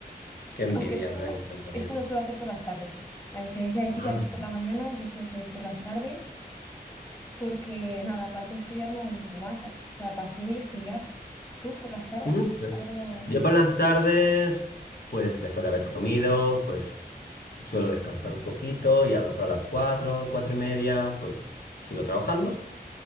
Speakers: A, on the left (about 70°); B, on the left (about 20°).
A: Qué envidia,
B: Aunque esto,
A: me encantaría.
B: esto lo suelo hacer por las tardes. A diferencia de ti
A: Ah.
B: que haces por la mañana, yo suelo salir por las tardes porque, nada, aparte de estudiar no hago mucho más. O sea, paseo y estudiar. ¿Tú por las tardes?
A: mm, pues
B: Algo...
A: Yo por las tardes, pues después de haber comido, pues sí suelo descansar un poquito y a lo mejor a las cuatro, cuatro y media, pues sigo trabajando.